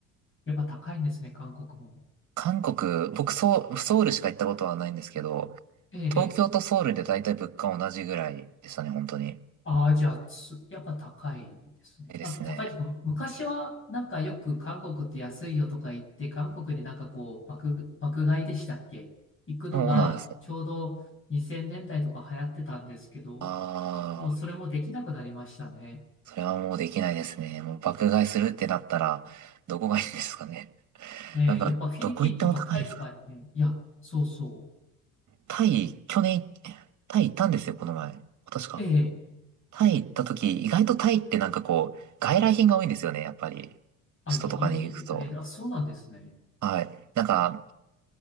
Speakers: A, on the left; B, on the right.
A: やっぱ高いんですね、韓国も。
B: 韓国、僕ソウ、ソウルしか行ったことはないんですけど、
A: ええ、
B: 東京とソウルで大体物価同じぐらいでしたね、
A: ええ。
B: 本当に。
A: ああ、じゃあ、つやっぱ高いですね。
B: ええですね。
A: あ、高いっていうか、昔はなんかよく韓国って安いよとか言って、韓国でなんかこう、爆、爆買いでしたっけ行くのがちょうど2000年代とか流行ってたんですけど、
B: そうなんですか。ああ、
A: もうそれもできなくなりましたね。
B: それはもうできないですね。もう爆買いするってなったら、どこがいいんですかね。
A: ねえ、
B: なんか、
A: やっぱフィリピンとかタイとかにね、
B: どこ行っても高いですか。
A: いや、そうそ
B: タイ、去年、タイ行ったんですよ、この前。今年か。
A: う。ええ、
B: タイ行った時、意外とタイってなんかこう、外来品が多いんですよね、やっぱり。
A: あ、
B: 首都とかに行くと。
A: 輸入品って、ええ、あ、そうなんですね。
B: はい。なんか、